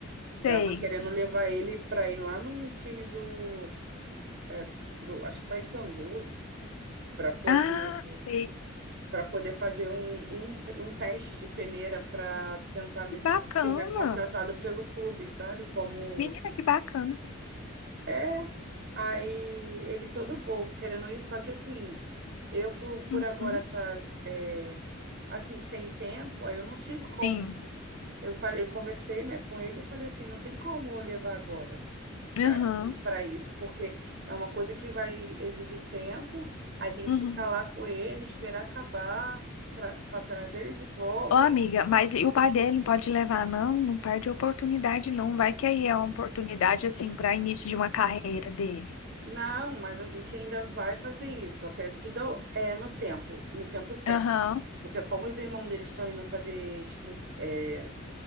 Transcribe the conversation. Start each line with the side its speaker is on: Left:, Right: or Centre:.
Left: sei.
Right: Tava querendo levar ele pra ir lá num time do, é, do acho que Paysandu, pra poder
Left: Ah, sei.
Right: para poder fazer um, um, te- um teste de peneira para tentar ver
Left: Que
Right: se
Left: bacana.
Right: ele é contratado pelo clube, sabe? Como
Left: Menina, que bacana.
Right: é. Aí ele todo bobo querendo ir, só que assim, eu por, por
Left: Uhum,
Right: agora tá é, assim, sem tempo, aí eu não tive como.
Left: sim,
Right: Eu falei, conversei, né, com ele e falei assim, não tem como eu levar agora
Left: aham,
Right: para para isso, porque é uma coisa que vai exigir tempo, aí tem que
Left: uhum.
Right: ficar lá com ele, esperar acabar, tra para trazer ele de volta.
Left: Ô, amiga, mas e o pai dele não pode levar, não? Não perde a oportunidade, não. Vai que aí é uma oportunidade, assim, para início de uma carreira dele.
Right: Não, mas a gente ainda vai fazer isso, ok? Tudo é no tempo, no tempo certo.
Left: Aham,
Right: Porque como os irmãos deles estão indo fazer, tipo, é,